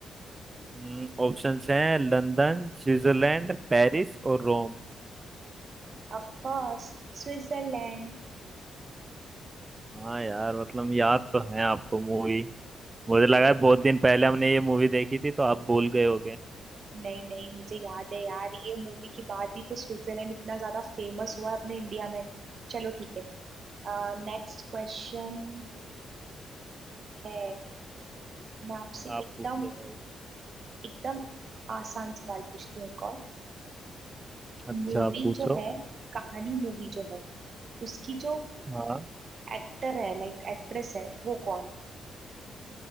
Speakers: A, on the right (about 20°); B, on the right (about 40°).
A: हम्म, ऑप्शंस हैं लंदन स्विट्जरलैंड पेरिस और रोम
B: Of course Switzerland
A: हाँ यार मतलब याद तो है आपको मूवी मुझे लगा है बहुत दिन पहले हमने ये मूवी देखी थी तो आप भूल गए होगे
B: नहीं नहीं मुझे याद है यार ये मूवी के बाद ही तो स्विट्जरलैंड इतना ज्यादा फेमस हुआ है अपने इंडिया में चलो ठीक है नेक्स्ट क्वेश्चन है मैं आपसे
A: आप
B: एकदम
A: पूछे हो।
B: एकदम आसान सवाल पूछती हूँ एक और
A: अच्छा
B: मूवी
A: आप पूछो
B: जो है कहानी मूवी जो है उसकी जो
A: हाँ
B: एक्टर है लाइक एक्ट्रेस है वो कौन है